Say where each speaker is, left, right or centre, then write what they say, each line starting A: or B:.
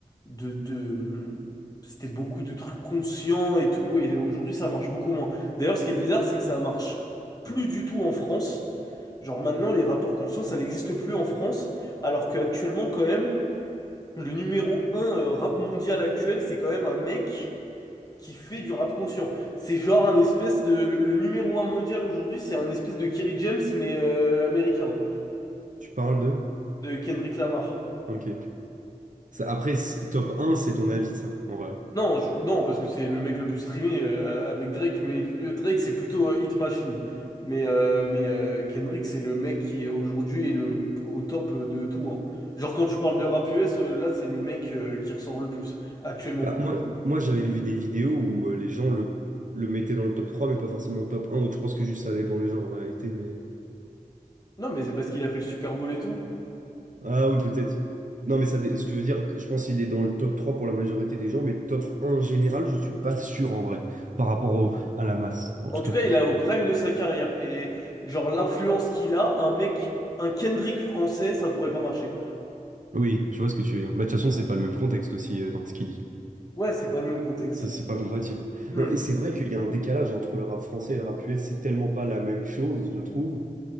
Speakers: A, on the left (about 25°); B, on the right (about 65°).
A: de, de- C'était beaucoup de trucs conscients et tout, et aujourd'hui, ça marche beaucoup moins. D'ailleurs, ce qui est bizarre, c'est que ça marche plus du tout en France. Genre, maintenant, les rappeurs conscients, ça n'existe plus en France, alors qu'actuellement, quand même, le numéro un euh, rap mondial actuel, c'est quand même un mec qui fait du rap conscient. C'est genre un espèce de... Le, le numéro un mondial aujourd'hui, c'est un espèce de Kerry James, mais euh, américain, hein,
B: Tu parles de?
A: de Kendrick Lamar.
B: Ok. Ça, après, c'est- top un c'est ton avis, ça, en vrai.
A: Non, je- non, parce que c'est le mec le plus streamé euh, avec Drake, mais euh, Drake c'est plutôt euh, Hit Machine. Mais, euh, mais euh, Kendrick c'est le mec qui aujourd'hui est le, au top euh, de tout. hein. Genre quand tu parles de rap US, euh, là c'est le mec euh, qui ressort le plus actuellement.
B: Bah, moi, moi j'avais vu des vidéos où euh, les gens le, le mettaient dans le top 3 mais pas forcément top un donc je pense que juste ça dépend des gens en réalité. Mais...
A: Non, mais c'est parce qu'il a fait le Super Bowl et tout.
B: Ah oui, peut-être. Non, mais ça, dé- ce que je veux dire, je pense qu'il est dans le top 3 pour la majorité des gens, mais top un général, je suis pas sûr en vrai, par rapport au- à la masse, en
A: En
B: tout
A: tout
B: cas.
A: cas, il est au prime de sa carrière. Et genre l'influence qu'il a, un mec, un Kendrick français, ça pourrait pas marcher.
B: Oui, je vois ce que tu veux dire. Bah, de toute façon, c'est pas le même contexte aussi euh, dans ce qu'il dit.
A: Ouais, c'est pas le même contexte.
B: Ça, c'est pas compatible.
A: Hmm.
B: Non, et c'est vrai qu'il y a un décalage entre le rap français et le rap US, c'est tellement pas la même chose, je trouve.